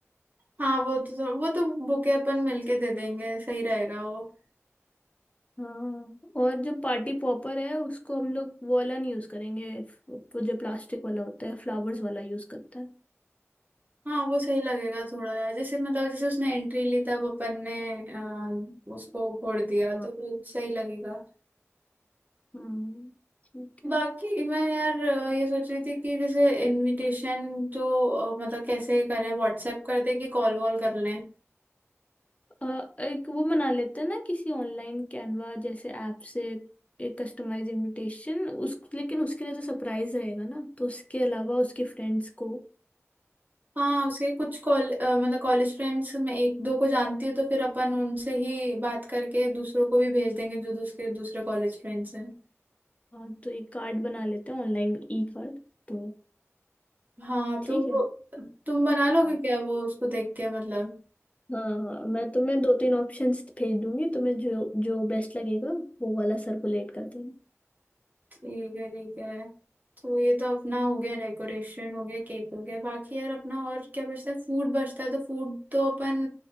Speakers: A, on the right; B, on the left.
A: हाँ वो तो थोड़ा- वो तो बुके अपन मिलके दे देंगे सही रहेगा वो
B: हाँ और जो पार्टी पॉपर है उसको हम लोग वो वाला नहीं यूज करेंगे वो जो प्लास्टिक वाला होता है फ्लावर्स वाला यूज करते हैं
A: हाँ वो सही लगेगा थोड़ा जैसे मतलब जैसे उसने एंट्री ली तब अपन ने अम, उसको फोड़ दिया तो
B: हाँ
A: वो सही लगेगा
B: हम्म ठीक है
A: बाकी मैं यार अ, ये सोच रही थी कि जैसे इनविटेशन तो अ, मतलब कैसे करें व्हाट्सएप कर दें कि कॉल वॉल कर लें
B: अ, एक वो बना लेते हैं ना किसी ऑनलाइन कैनवा जैसे ऐप से एक कस्टमाइज इनविटेशन उस लेकिन उसके लिए तो सरप्राइज रहेगा ना तो उसके अलावा उसके फ्रेंड्स को
A: हाँ उसके कुछ कॉल अ, मतलब कॉलेज फ्रेंड्स में एक दो को जानती हूँ तो फिर अपन उनसे ही बात करके दूसरों को भी भेज देंगे जो दूसरे दूसरे कॉलेज फ्रेंड्स हैं
B: हाँ तो एक कार्ड बना लेते हैं ऑनलाइन ई कार्ड तो
A: हाँ
B: ठीक
A: तो वो-
B: है
A: तुम बना लोगे
B: हाँ
A: क्या वो उसको देख के मतलब
B: हाँ मैं तुम्हें दो तीन ऑप्शंस भेज दूंगी तुम्हें जो जो बेस्ट लगेगा वो वाला सर्कुलेट कर देना
A: ठीक है ठीक है तो ये तो अपना हो गया डेकोरेशन हो गया केक हो गया बाकी यार अपना और क्या बचता है फूड बचता है तो फूड तो अपन